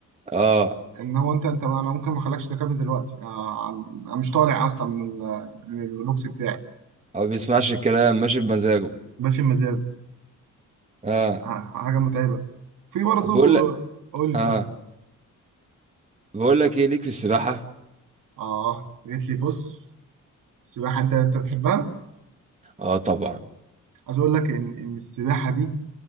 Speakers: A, on the right; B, on the right.
A: اه
B: ان هو انت انت انا ممكن ما اخلكش تركبني دلوقتي اه، انا مش طالع اصلا من ال- من البوكس بتاعي
A: هو بيسمعش الكلام ماشي بمزاجه
B: ماشي بمزاجي
A: اه
B: ح- حاجه متعبه في برضه
A: طب بقول لك
B: قول
A: اه
B: لي قول لي.
A: بقول لك ايه ليك في السباحة
B: اه جيت لي بص السباحة أنت أنت بتحبها؟
A: اه طبعا
B: عايز أقول لك إن إن السباحة دي